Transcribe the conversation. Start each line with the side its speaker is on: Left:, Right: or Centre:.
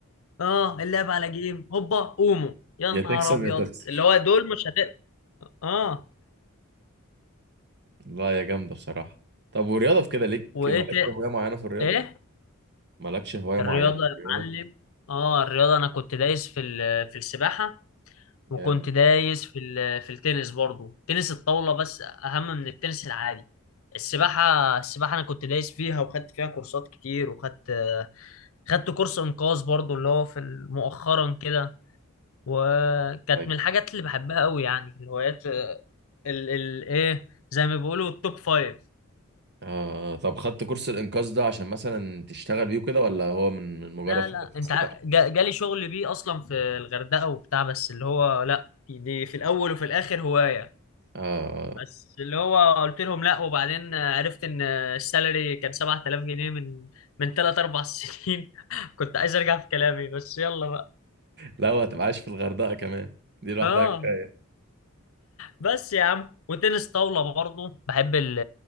Left: اه اللعب على جيم هوبا قوموا يا
Right: يا تكسب
Left: نهار ابيض
Right: يا تخسر
Left: اللي هو دول مش هتقدر اه
Right: لا يا جامدة بصراحة طب ورياضة في كده ليك
Left: وايه
Right: مالكش
Left: ت...
Right: هواية معينة في الرياضة
Left: ايه
Right: مالكش هواية
Left: الرياضة
Right: معينة
Left: يا
Right: في الرياضة
Left: معلم اه الرياضة انا كنت دايس في ال... في السباحة وكنت
Right: جامد
Left: دايس في ال- في التنس برضو تنس الطاولة بس أهم من التنس العادي السباحة السباحة أنا كنت دايس فيها وخدت فيها كورسات كتير وخدت خدت كورس إنقاذ برضو اللي هو في ال- مؤخرا كده وكانت
Right: طيب.
Left: من الحاجات اللي بحبها قوي يعني الهوايات ال ال إيه زي ما بيقولوا التوب فايف
Right: آه طب خدت كورس الإنقاذ ده عشان مثلا تشتغل بيه كده ولا هو من من مجرد
Left: لا
Right: حاجة
Left: لا
Right: في
Left: أنت
Right: السباحة
Left: ع- جا- جالي شغل بيه أصلا في الغردقة وبتاع بس اللي هو لا دي دي في الأول وفي الآخر هواية
Right: آه
Left: بس اللي هو قلت لهم لا وبعدين آه، عرفت ان آه، السالري كان 7000 جنيه من من 3 4 سنين <laughs> كنت عايز ارجع في كلامي بس يلا بقى
Right: لا وهتبقى عايش في الغردقة كمان دي لوحدها
Left: اه
Right: كفاية
Left: بس يا عم وتنس طاولة برضو بحب ال-